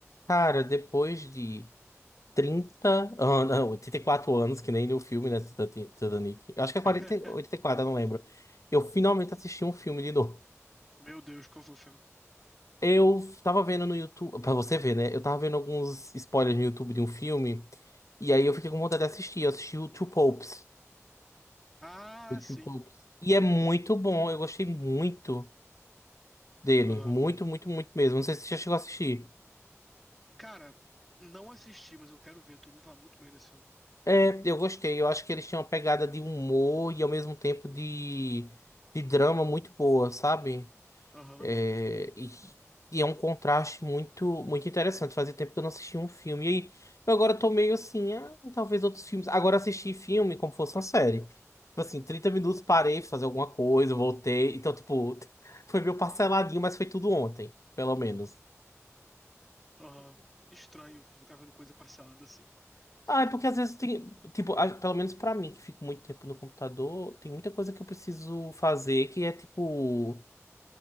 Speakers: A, on the left; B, in the centre.
A: Cara, depois de 30 anos, não, 84 anos, que nem no filme, né, Tita- Titanic. Eu acho que é
B: <laughs>
A: 40, 84, eu não lembro. Eu finalmente assisti um filme de novo.
B: Meu Deus, qual foi o filme?
A: Eu tava vendo no YouTube, pra você ver, né? Eu tava vendo alguns spoilers no YouTube de um filme, e aí eu fiquei com vontade de assistir. Eu assisti o Two Popes.
B: Ah,
A: The
B: sim.
A: Two Popes. E é muito bom, eu gostei muito dele.
B: Aham.
A: Muito, muito, muito mesmo. Não sei se você já chegou a assistir.
B: Cara, não assisti, mas eu quero ver. Todo mundo fala muito bem desse filme.
A: É, eu gostei. Eu acho que eles tinham uma pegada de humor e ao mesmo tempo de, de drama muito boa, sabe?
B: Aham,
A: É, e, e é um contraste muito muito interessante. Fazia tempo que eu não assistia um filme. E aí, eu agora tô meio assim, ah, talvez outros filmes. Agora assisti filme como fosse uma série. Tipo assim, 30 minutos parei, fui fazer alguma coisa, voltei. Então, tipo, <laughs> foi meio parceladinho, mas foi tudo ontem, pelo menos.
B: aham. Estranho ficar vendo coisa parcelada assim. <laughs>
A: Ah, é porque às vezes tem, tipo, a- pelo menos pra mim, que fico muito tempo no computador, tem muita coisa que eu preciso fazer que é tipo,